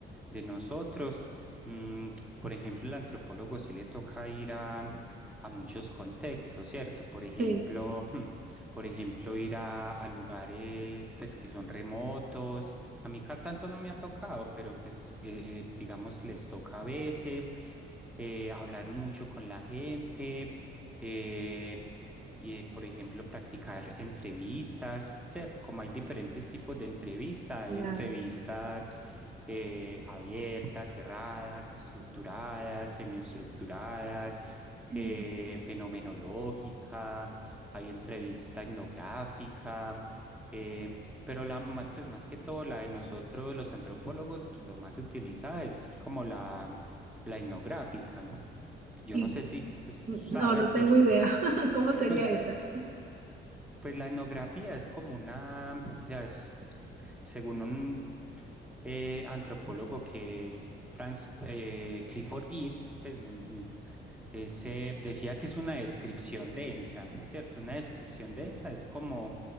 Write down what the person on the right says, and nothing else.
sí,
claro.
Mm.
Y
no,
no
tengo idea <laughs> cómo
sería esa.